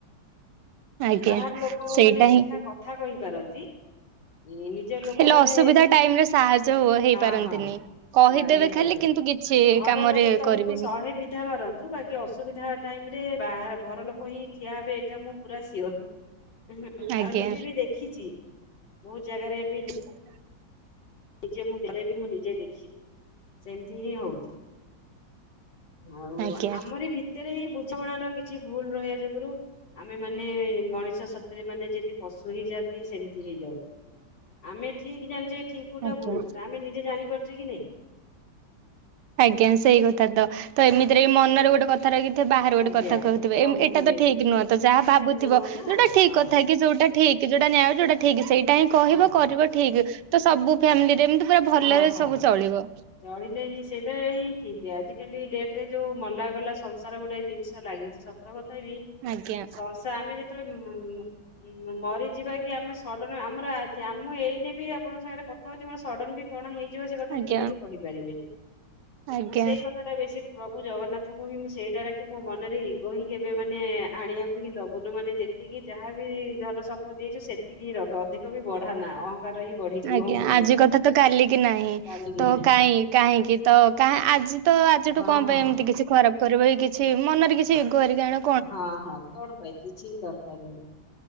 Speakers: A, on the right (about 75°); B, on the left (about 65°).
A: ଆଜ୍ଞା
B: ବାହାର ଲୋକ
A: ସେଇଟା
B: ମାନେ ମିଠା
A: ହିଁ
B: କଥା କହିପାରନ୍ତି। ଇ ନିଜେ ଲୋକମାନେ
A: ହେଲେ ଅସୁବିଧା ଟାଇମ ରେ ସାହାଯ୍ୟ ହୁଅ ହେଇପାରନ୍ତିନି
B: ହଁ ହଁ।
A: କହିଦେବେ
B: ବା ହେଇପାରନ୍ତିନି
A: ଖାଲି କିନ୍ତୁ କିଛି
B: ଘର
A: କାମରେ
B: ଲୋକ ତମକୁ
A: କରିବେନି
B: ଶହେ ବିଧା ମାର ତୁ ବାକି ଅସୁବିଧା ଟାଇମ ରେ ବାହାର ଘର ଲୋକ ହିଁ ଠିଆ ହେବେ ଏଇଟା ମୁଁ। ପୁରା ଶିଓର ହିଁ
A: ଆଜ୍ଞା
B: ଆଉ ନିଜେ ବି ଦେଖିଛି ବହୁତ ଜାଗାରେ ବି
A: ସେଇଟା।
B: ନିଜେ ମୁଁ ଥରେ ବି ମୁଁ ନିଜେ ଦେଖି ସେମିତି ହିଁ ହଉଛି। ଆଉ
A: ଆଜ୍ଞା
B: ଆମରି ଭିତରେ ହିଁ ବୁଝାମଣା ର କିଛି ଭୁଲ ରହିବା ଯୋଗୁରୁ। ଆମେ ମାନେ ମଣିଷ ସାଥିରେ ମାନେ ଯେମିତି ପଶୁ ହେଇଯାଆନ୍ତି ସେମିତି ହେଇଯାଆନ୍ତି। ଆମେ ଠିକ ଜାଣିଛେ ଠିକ କୋଉଟା
A: ଆଜ୍ଞା
B: ଭୁଲ କୋଉଟା ଆମେ ନିଜେ ଜାଣିପାରୁଛେ କି ନାଇଁ?
A: ଆଜ୍ଞା ସେଇ କଥା ତ ତ ଏମିତିରେ ଏଇ ମନରେ ଗୋଟେ କ କଥା ରହିକି ତ ବାହାରେ ଗୋଟେ
B: ଆଜ୍ଞା
A: କଥା କହୁଥିବେ ଏମ
B: କହୁଥିବେ
A: ଏଟା ତ ଠିକ ନୁହଁ ତ ଯାହା
B: ସେଟା
A: ଭାବୁଥିବ
B: ନୁହଁ ନା
A: ଯଉଟା ଠିକ
B: ହଁ
A: କଥା କି ଯୋଉଟା ଠିକ ଯୋଉଟା ନ୍ୟାୟ ଯୋଉଟା ଠିକ ସେଇଟା ହିଁ କହିବ
B: ହଁ।
A: କରିବ ଠିକ। ତ ସବୁ ଫ୍ୟାମିଲିରେ ଏମିତି ପୁରା ଭଲରେ
B: ହଁ ହଁ
A: ସବୁ ଚଳିବ।
B: ଚଳିଲେ ହିଁ ସେଇଟା ହିଁ ଠିକ ଆଜିକାଲି ଡେଟ ରେ ଯୋଉ ମଲା ଗଲା ସଂସାର ଗୋଟାଏ ଜିନିଷ ଲାଗିଛି ସତ କଥା ବି
A: ଆଜ୍ଞା
B: ସଂସା ଆମେ ଯେତେବେଳେ ଉଁ ଉଁ ମରିଯିବା କି ଆମେ ସଡନ ଆମର ଆଜି ଆମ ଏଇନେ ବି ଆପଣଙ୍କ ସାଙ୍ଗରେ କଥା ହଉଛି ମୋର ସଡନ ବି କଣ ହେଇଯିବ ସେ କଥା
A: ଆଜ୍ଞା
B: କେହି ବି କହିପାରିବେନି
A: ଆଜ୍ଞା
B: ମୁଁ ସେଇ କଥା କଥାଟା ବେଶୀ ପ୍ରଭୁ ଜଗନ୍ନାଥ ମୁଁ ହିଁ ମୁଁ ସେଇଟା ଡାକେ ମୋ ମନରେ ଇଗୋ ହିଁ କେବେ ମାନେ ଆ-ଆଣିବା କୁ ହିଁ ଦବୁନୁ ମାନେ ଯେତିକି ଯାହା ବି ଧନ ସମ୍ପତି ଦେଇଛୁ ସେତିକି ହିଁ ରଖେ ଅଧିକ ବି ବଢା ନା ଅହ ଅହଙ୍କାର ହିଁ ବଢିଯିବ
A: ଆଜ୍ଞା
B: ମୋ ମନରେ।
A: ଆଜି କଥା ତ କାଲି କି ନାହିଁ।
B: ଚାଲିକି
A: ତ
B: ନାହିଁ
A: କାହିଁ କାହିଁକି ତ କାଁ ଆଜି ତ ଆଜିଠୁ
B: ହଁ
A: କଣ ପାଇଁ
B: ହଁ
A: ଏମିତି କିଛି ଖରାପ। କରିବା କିଛି ମନରେ କିଛି ଇଗୋ ହେରିକା ଆଣ।
B: ହଁ ହଁ କଣ ପାଇଁ କିଛି ଦରକାର ନାହିଁ।